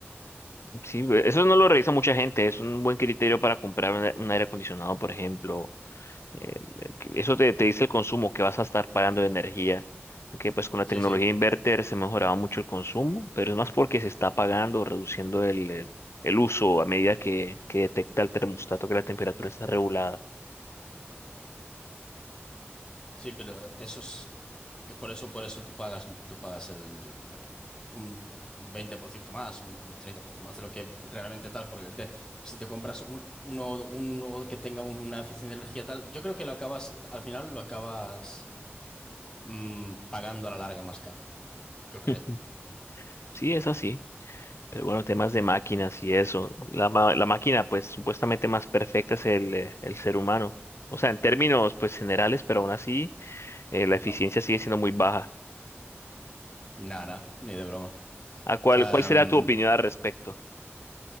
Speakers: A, on the left; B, on the left.
A: Sí, eso no lo revisa mucha gente, es un buen criterio para comprar un un aire acondicionado, por ejemplo Eh, eh, que eso te, te dice el consumo que vas a estar pagando de energía. Aunque pues con la tecnología
B: Sí, sí.
A: inverter se mejoraba mucho el consumo, pero es más porque se está pagando, reduciendo el, el, el uso a medida que, que detecta el termostato que la temperatura está regulada.
B: Sí, pero eso es, eh, por eso, por eso tú pagas, tú pagas el, eh, un 20% más, un 30% más de lo que realmente tal, porque de- si te compras un- uno, uno que tenga una eficiencia de energía tal, yo creo que lo acabas, al final lo acabas mm, pagando a la larga más caro, yo creo.
A: <laughs> Sí, es así. Pero bueno, temas de máquinas y eso. La, ma- la máquina, pues supuestamente más perfecta es el, eh, el ser humano. O sea, en términos pues generales, pero aún así eh, la
B: No,
A: eficiencia sigue siendo muy baja.
B: nada, nada, ni de broma. O
A: ¿A cuál,
B: sea,
A: cuál será
B: mm,
A: tu opinión al respecto?